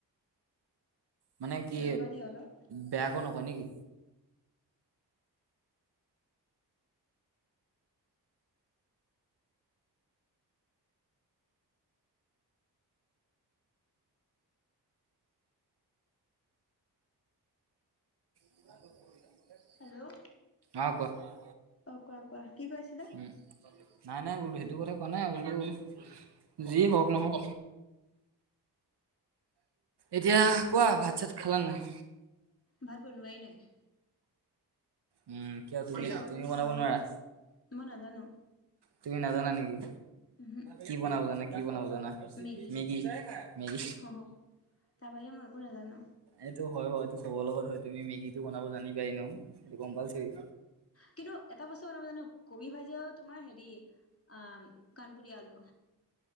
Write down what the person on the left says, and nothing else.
ৰ'বা দেই অলপ
হেল্ল',
অ, কোৱা- কোৱা কি কৈ আছিলা?
ভাত বনোৱাই নাই
কি খাবা বে
গৰমত
মই নাজানো
উহু
Maggi
হ হ তাৰ বাহিৰে মই একো নাজানো
কিন্তু এটা বস্তু বনাব জানো কবি ভাজি আৰু তোমাৰ হেৰি আ উম, কাণপুৰিয়া আলু।